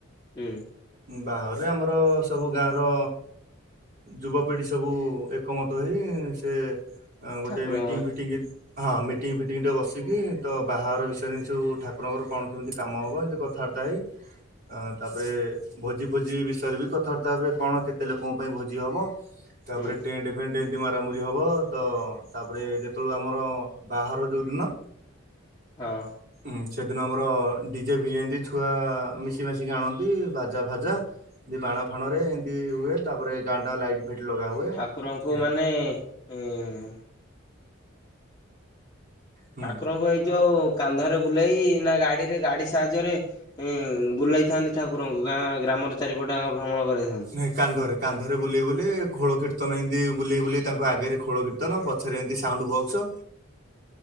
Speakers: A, on the left (about 20°); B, on the right (about 45°).
A: ହୁଁ।
B: ବାହାଘର ରେ ଆମର ସବୁ ଗାଁର ଯୁବପିଢ଼ି ସବୁ ଏକମତ ହେଇ ସେ ଅ, ଗୋଟେ
A: ଠାକୁରଙ୍କ
B: ମିଟିଙ୍ଗ ଫିଟିଙ୍ଗି ହଁ ମିଟିଙ୍ଗ ଫିଟିଙ୍ଗ ଟେ ବସିକି ତ ବାହାଘର ବିଷୟରେ ହିଁ ସବୁ ଠାକୁରଙ୍କର କଣ କେମିତି କାମ ହବ ଏମିତି କ ଥାବାର୍ତ୍ତା ହେଇ ଅ, ତାପରେ ଭୋଜି ଭୋଜି ବିଷୟରେ ବି କଥାବାର୍ତ୍ତା ହେବେ କଣ କେତେ ଲୋକଙ୍କ ପାଇଁ ଭୋଜି ହବ। ତାପରେ
A: ହୁଁ
B: ଟେଣ୍ଡେ ଭେଣ୍ଟ ଏମତି ମାରାମୁରି ହବ, ତ ତାପରେ ଯେତେବେଳେ ଆମର ବାହାଘର ଯୋଉ ଦିନ
A: ହଁ।
B: ଉଁ, ସେଦିନ ଆମର ଡିଜେ ଫିଜେ ଜେନ୍ତି ଛୁଆ ମିଶି ମାଶିକି ଆଣନ୍ତି। ବାଜ ଜା ଫାଜା ଦି-ବାଣ ଫାଣ ରେ ଏମିତି ହୁଏ। ତାପରେ ଗାଁଟା ଲାଇଟ ଫାଇଟ ଲଗା ହୁଏ। ଏ-
A: ଠାକୁରଙ୍କୁ ମାନେ ଏଁ,
B: ହୁଁ
A: ଠାକୁରଙ୍କୁ ହେଇ ଯୋଉ କାନ୍ଧରେ ବୁଲେଇ ନା ଗାଡିରେ ଗାଡି ସାହାଯ୍ୟରେ ଏଁ, ବୁଲେଇ ଥାନ୍ତି ଠାକୁରଙ୍କୁ ଗାଁ ଗ୍ରାମରେ ଚାରିପଟେ ଯାଙ୍କ ଭ୍ରମଣ କରେଇଥାନ୍।
B: ନାଇଁ କାନ୍ଧରେ କାନ୍ଧରେ ବୁଲେଇ ବୁଲେଇ ଖୋଳ କୀର୍ତ୍ତନ ଏମତି ବୁଲେଇ ବୁଲେଇ ତାଙ୍କ ଆଗରେ ଖୋଳ କୀର୍ ତନ ପଛରେ ଏମତି ସାଉଣ୍ଡ ବକ୍ସ।